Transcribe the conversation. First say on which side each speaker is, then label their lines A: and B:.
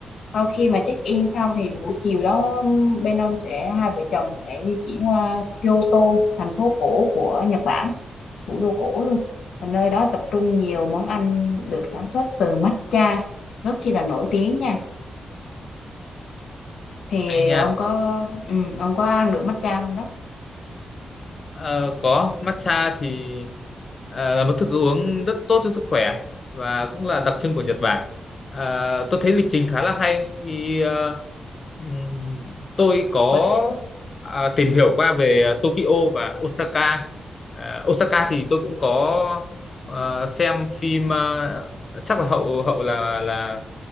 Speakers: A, on the left; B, on the left.
A: Sau khi mà check in xong thì buổi chiều đó bên ông sẽ hai vợ chồng sẽ di chuyển qua Kyoto, thành phố cổ của Nhật Bản, thủ đô cổ luôn. Và nơi đó tập trung nhiều món ăn được sản xuất từ matcha, rất chi là nổi tiếng nha. Thì
B: hay nha
A: ông có ừ, ông có ăn được matcha không đó?
B: Ờ, có matcha thì ờ, là một thức uống rất tốt cho sức khỏe và cũng là đặc trưng của Nhật Bản. Ờ, tôi thấy lịch trình khá là hay khi ờ, ừm, tôi có
A: Bởi vì
B: à, tìm hiểu qua về Tokyo và Osaka. À, Osaka thì tôi cũng có ờ, xem phim ờ, chắc là hậu hậu là là